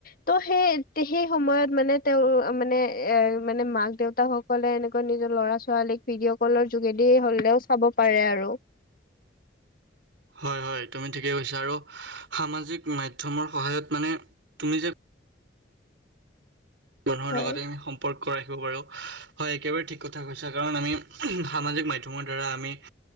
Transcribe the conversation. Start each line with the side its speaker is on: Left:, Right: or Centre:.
Left: ত' সেই সেই সময়ত মানে তেওঁৰ মানে এ মানে মাক দেউতা হওক কলে এনেকুৱা নিজৰ ল'ৰা ছোৱালীক ভিডিঅ' কলৰ যোগেদি হলেও চাব পাৰে আৰু।
Right: হয় হয় তুমি ঠিকেই কৈছা, আৰু সামাজিক মাধ্যমৰ সহায়ত মানে তুমি যে মানুহৰ
Left: হয়।
Right: লগতে আমি সম্পৰ্ক ৰাখিব পাৰো হয় একেবাৰে ঠিক কথা কৈছ কাৰণ আমি সামাজিক মাধ্যমৰ দ্বাৰা আমি